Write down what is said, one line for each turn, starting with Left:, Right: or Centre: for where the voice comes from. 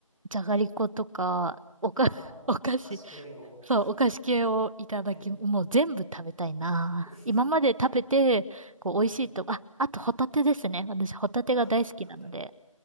Right: じゃがりことか、おか、
Centre: ああ、
Right: <laughs> お菓子、
Centre: お菓子系を。
Right: そう、お菓子系をいただき、
Centre: ええ、
Right: もう全部食べたいな。
Centre: <laughs>
Right: 今まで食べて、こう、美味しいと、
Centre: ええ。
Right: あ、あとホタテですね。私、ホタテが大好きなので、
Centre: <laughs> あ、ホタテ。